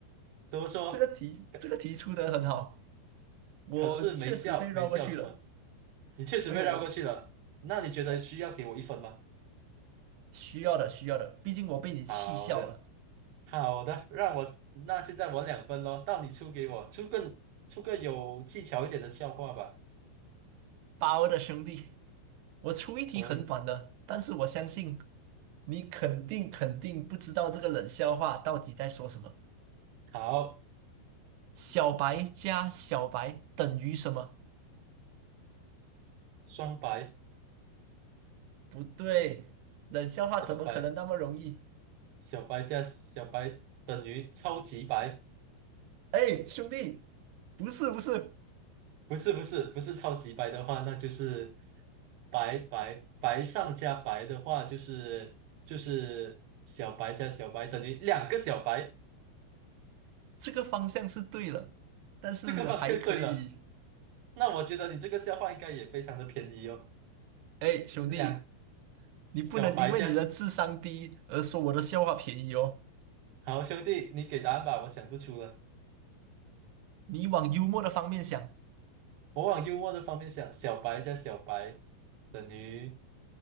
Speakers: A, on the right; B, on the right.
A: 怎么说？
B: 这个题，
A: 可
B: 这个题出的很好，我确实被绕过去了。
A: 可是没笑，没笑是吗？你确实被绕过去了。
B: 我有我
A: 那你觉得需要给我一分吗？
B: 我需要的需要的，毕竟我被你气笑了。
A: 好的，好的，让我，那现在我两分咯，到你出给我，出个出个有技巧一点的笑话吧。
B: 包的兄弟，我出一题很短的，
A: 可以，
B: 但是我相信你肯定肯定不知道这个冷笑话到底在说什么。
A: 好，
B: 小白加小白等于什么？
A: 双白，
B: 不对，冷笑话怎么可能那么容易？
A: 小白，小白加小白等于超级白。
B: 哎，兄弟，不是不是，
A: 不是不是不是超级白的话，那就是白白白上加白的话，就是就是小白加小白等于两个小白，
B: 这个方向是对了，但是还可以。
A: 这个方向对了。那我觉得你这个笑话应该也非常的便宜哦，
B: 哎，兄弟，
A: 两
B: 你不能因为你的智商低而说我的笑话便宜哦，
A: 小白加好兄弟，你给答案吧，我想不出了。
B: 你往幽默的方面想。
A: 我往幽默的方面想，小白加小白等于